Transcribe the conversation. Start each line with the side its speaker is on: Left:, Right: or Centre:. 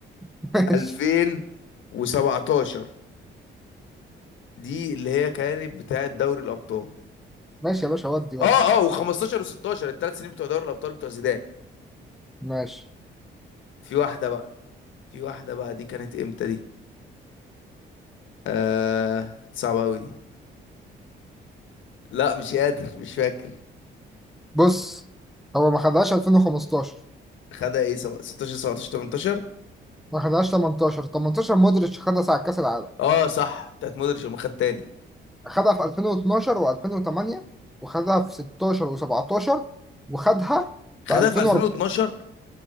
Centre: <laughs> ماشي
Left: 2017 دي اللي هي كانت بتاعت دوري الابطال
Centre: ماشي يا باشا ودي ودي
Left: اه اه و15 و16 الثلاث سنين بتوع دوري الابطال بتوع زيدان
Centre: ماشي
Left: في واحده بقى في واحده بقى دي كانت امتى دي آه صعبه قوي دي لا مش قادر مش فاكر
Centre: بص هو ما خدهاش 2015
Left: خدها ايه سوا- 16 17 18
Centre: ما خدهاش 18 18 مودريتش خدها ساعة كأس العالم
Left: اه صح بتاعت مودريتش لما خد تاني
Centre: خدها في 2012 و2008 وخدها في 16 و17 وخدها
Left: خدها
Centre: في 2004
Left: في 2012